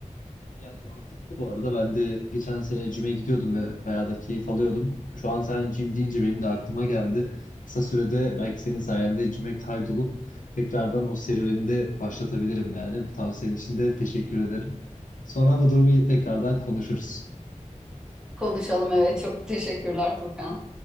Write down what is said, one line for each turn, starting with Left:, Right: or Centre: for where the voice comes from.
Left: Yani mantıklı bu arada. Ben de geçen sene cime gidiyordum ve bayağı da keyif alıyordum. Şu an sen cim deyince benim de aklıma geldi. Kısa sürede belki senin sayende cime kaydolup tekrardan o serüveni de başlatabilirim yani. Bu tavsiyenin için de teşekkür ederim. Sonra bu durumu tekrardan konuşuruz.
Centre: Konuşalım evet çok teşekkürler Furkan.